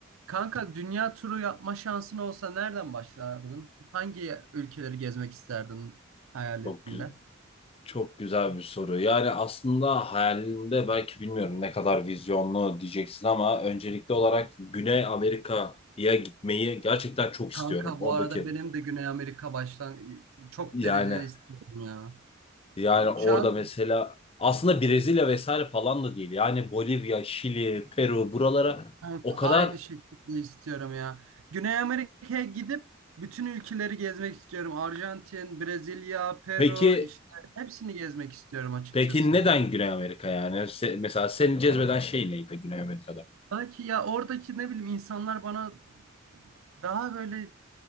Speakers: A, on the right (about 90°); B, on the left (about 30°).
A: Kanka dünya turu yapma şansın olsa nereden başlardın? Hangi ülkeleri gezmek isterdin hayalinde?
B: Çok, gü- çok güzel bir soru. Yani aslında hayalinde belki bilmiyorum ne kadar vizyonlu diyeceksin ama öncelikli olarak Güney Amerika'ya gitmeyi gerçekten çok
A: Kanka
B: istiyorum. Oradaki
A: bu arada benim de Güney Amerika baştan çok
B: yani
A: derecede istiyorum ya.
B: yani orada
A: Şu an
B: mesela aslında Brezilya vesaire falan da değil. Yani Bolivya, Şili, Peru buralara
A: kanka
B: o kadar
A: aynı şekilde istiyorum ya. Güney Amerika'ya gidip bütün ülkeleri gezmek istiyorum. Arjantin, Brezilya, Peru
B: peki
A: işte hepsini gezmek istiyorum açıkçası.
B: peki neden Güney Amerika yani? Se- mesela seni cezbeden şey neydi Güney Amerika'da?
A: Belki ya oradaki ne bileyim insanlar bana daha böyle